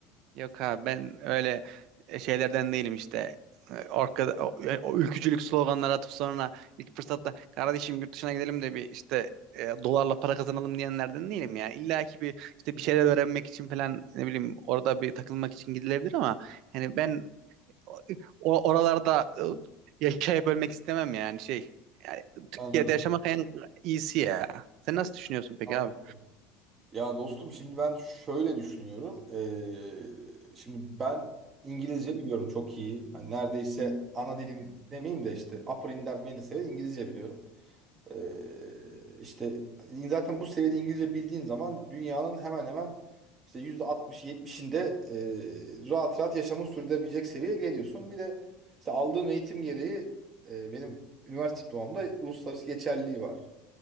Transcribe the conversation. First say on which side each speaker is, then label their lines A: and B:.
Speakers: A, on the right; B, on the right.
A: Yok abi ben öyle e, şeylerden değilim işte. Orkada, o, e, o ülkücülük sloganları atıp sonra ilk fırsatta kardeşim yurt dışına gidelim de bir işte e, dolarla para kazanalım diyenlerden değilim ya. İlla ki bir işte bir şeyler öğrenmek için falan ne bileyim orada bir takılmak için gidilebilir ama hani ben o, oralarda e, yaşayıp ölmek istemem yani şey. Yani Türkiye'de
B: Anladım.
A: yaşamak en iyisi ya. Sen nasıl düşünüyorsun peki
B: Anladım.
A: abi?
B: Ya dostum şimdi ben şöyle düşünüyorum. Ee, şimdi ben İngilizce biliyorum çok iyi. Hani neredeyse ana dilim demeyeyim de işte upper intermediate seviye İngilizce biliyorum. Ee, işte zaten bu seviyede İngilizce bildiğin zaman dünyanın hemen hemen işte %60'ı 70'inde e, rahat rahat yaşamı sürdürebilecek seviyeye geliyorsun. Bir de işte aldığım eğitim gereği e, benim üniversite diplomamda uluslararası geçerliliği var.